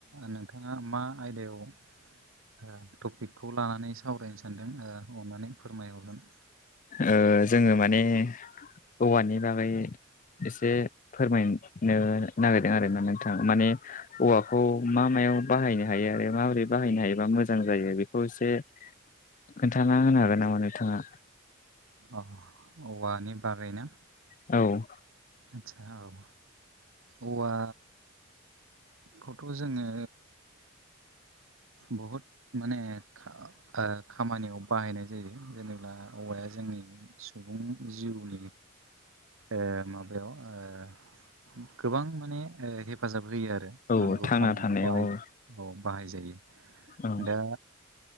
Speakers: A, on the right (about 80°); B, on the left (about 40°).
A: नोंथाङा मा आयदायाव ओ टपिकखौ लानानै सावरायनो सानदों ओ अन्नानै फोरमायहरगोन
B: ओ जोङो माने औवानि बागै एसे फोरमायनो नागिरदों आरोना नोंथां माने औवाखौ मा मायाव बाहायनो हायो आरो माबोरै बाहायनो हायोबा मोजां जायो बेखौ एसे खोन्थाना होनो हागोन नामा नों थाङा
A: अ औवानि बागैना
B: औ
A: आतसा औ औवा खौथ' जोङो बहुत माने खा ओ खामानियाव बाहायनाय जायो जेनेबा औवाया जोंनि सुबुं जिउनि ओ माबायाव ओ गोबां माने हेफाजाब होयो आरो
B: औ
A: नांगौ
B: थांना
A: खामानियाव
B: थानायाव
A: बाहाय
B: औ
A: औ बाहाय जायो
B: औ
A: दा